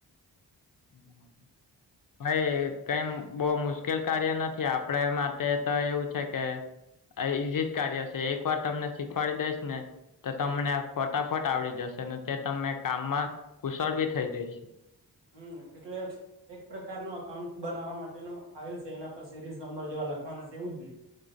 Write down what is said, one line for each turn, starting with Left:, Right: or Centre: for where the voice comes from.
Left: <inaudible> ભાઈ કઈ બહ મુશ્કેલ કાર્ય નથી આપડ માટે તો એવું છે કે. આ ઈઝીજ કાર્ય છે એક વાર તમને શીખવાડી દઈશ ને. તો તમને ફટાફટ આવડી જશે તે તમને કામમાં કુશળ બી થઈ જઈશે.
Right: હમ એટલે. એક પ્રકાર ન અકાઉન્ટ બનાવવા માટેનો ફાઇલ છે એના પર સિરીઝ નંબર જેવા લખવાના છે એવું જ કે.